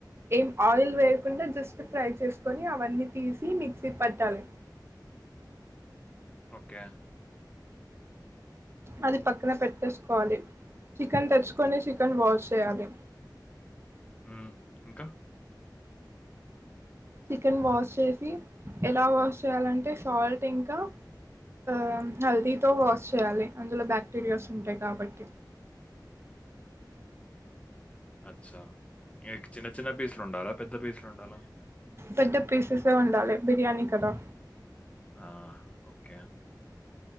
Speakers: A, on the right; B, on the left.
A: ఏం ఆయిల్ వేయకుండా జస్ట్ ఫ్రై చేసుకొని అవన్నీ తీసి మిక్సీ పట్టాలి
B: ఓకే
A: అది పక్కన పెట్టేసుకోవాలి చికెన్ తెచ్చుకొని చికెన్ వాష్ చేయాలి
B: ఉమ్, ఇంకా
A: చికెన్ వాష్ చేసి ఎలా వాష్ చేయాలంటే సాల్ట్ ఇంకా ఆ హల్దీతో వాష్ చేయాలి అందులో బ్యాక్టీరియాస్ ఉంటాయి కాబట్టి
B: అచ్చా క్ చిన్న చిన్న పీసులు ఉండాలా పెద్ద పీసులు ఉండాలా
A: పెద్ద పీససే ఉండాలి బిర్యానీ కదా
B: ఆ ఓకే